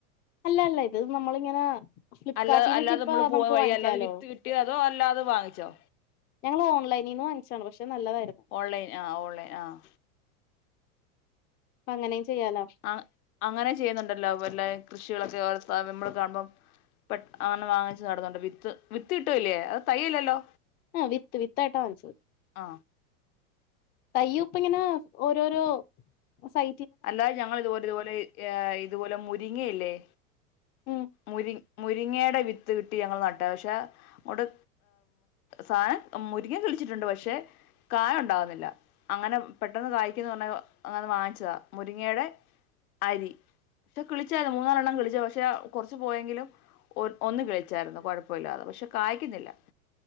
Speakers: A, on the left; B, on the left.
A: അല്ല അല്ല ഇത് നമ്മളിങ്ങനെ ഫ്ലിപ്കാർട്ടീന്നൊക്കെ
B: അല്ല അല്ലാതെ
A: ഇപ്പ
B: നമ്മള് പോയ
A: നമുക്ക്
B: വഴി
A: വാങ്ങിക്കാലോ
B: അല്ലാതെ വിത്ത് കിട്ടിയോ അതോ അല്ലാതെ വാങ്ങിച്ചോ
A: ഞങ്ങൾ ഓൺലൈനിന്ന് വാങ്ങിച്ചതാണ് പക്ഷെ നല്ലതായിരുന്നു
B: ഓൺലൈൻ ആഹ് ഓൺലൈൻ ആഹ്
A: അപ്പൊ അങ്ങനെയും ചെയ്യാലോ
B: ആഹ് അങ്ങനെ ചെയ്യുന്നുണ്ടല്ലോ അല്ല കൃഷികളൊക്കെ ഓ നമ്മള് കാണുമ്പം പെ അങ്ങനെ വാങ്ങിച്ച് നട്ന്നൊണ്ട് വിത്ത് വിത്ത് കിട്ടുവല്ലേ അത് തയ്യല്ലല്ലോ
A: ആഹ് വിത്ത് വിത്തായിട്ടാ വാങ്ങിച്ചത്
B: ആ
A: തൈയ്യും ഇപ്പ ഇങ്ങനെ ഓരോരോ സൈ
B: അല്ലാതെ ഞങ്ങള് ഇതുപോലെ ഇതുപോലെ ഇതുപോലെ മുരിങ്ങിയില്ലേ
A: ഉം
B: മുരി മുരിങ്ങയുടെ വിത്ത് കിട്ടി ഞങ്ങൾ നട്ടത പക്ഷെ അവിടെ സാധനം മുരിങ്ങ കിളിച്ചിട്ടുണ്ട് പക്ഷെ കായ് ഉണ്ടാവുന്നില്ല അങ്ങനെ പെട്ടെന്ന് കായിക്കുമെന്ന് പറഞ്ഞ് അങ്ങനെ വാങ്ങിച്ചതാ മുരിങ്ങയുടെ അരി പറ്റെ കിളിച്ചതാ അരി കിളിച്ചതാ മൂന്നാലെണ്ണം കിളിച്ചതാ പക്ഷെ കുറച്ചു പോയെങ്കിലും ഒ ഒന്നു കിളിച്ചായിരുന്നു കുഴപ്പമില്ലാതെ പക്ഷെ കായ്ക്കുന്നില്ല